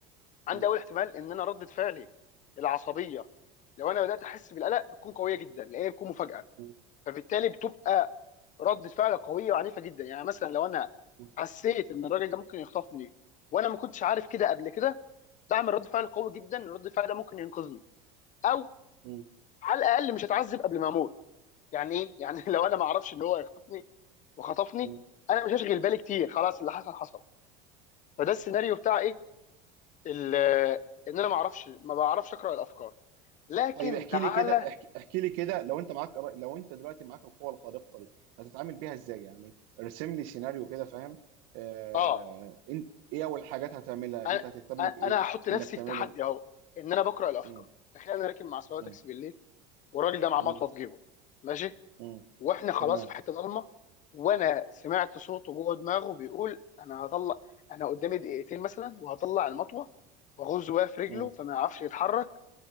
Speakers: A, on the left (about 40°); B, on the right (about 70°).
A: عندي
B: مم.
A: اول احتمال ان انا رده فعلي العصبيه لو انا بدات احس بالقلق بتكون قويه جدا لان بتكون مفاجاه
B: مم.
A: فبالتالي بتبقى رده فعل قويه وعنيفه جدا يعني مثلا لو انا
B: مم.
A: حسيت ان الراجل ده ممكن يخطفني وانا ما كنتش عارف كده قبل كده بعمل رد فعل قوي جدا رد فعل ده ممكن ينقذني او
B: مم.
A: على الاقل مش هتعذب قبل ما اموت يعني ايه يعني <laughs> لو انا ما اعرفش ان هو هيخطفني وخطفني
B: مم.
A: انا مش هشغل بالي كتير خلاص اللي حصل حصل فده السيناريو بتاع ايه ال- ان انا ما اعرفش ما بعرفش اقرا الافكار لكن
B: طيب احكي
A: تعالى
B: لي كده احكي احكي لي كده لو انت معاك لو انت دلوقتي معاك القوة الخارقة دي هتتعامل بيها ازاي يعني ارسم لي سيناريو كده فاهم آه...
A: اه
B: إن- ايه اول حاجات هتعملها
A: انا
B: انت هتهتم بايه
A: أنا هحط نفسي
B: انك تعمله
A: في تحدي اهو ان انا بقرا الافكار
B: مم.
A: تخيل انا راكب مع سواق
B: مم.
A: تاكسي بالليل والراجل ده معاه
B: مم.
A: مطوه في جيبه ماشي
B: مم.
A: واحنا خلاص
B: تمام
A: في حته ضلمه وانا سمعت صوته جوه دماغه بيقول انا هطلع انا قدامي دقيقتين مثلا وهطلع المطوه واغز بيها في رجله
B: مم.
A: فما يعرفش يتحرك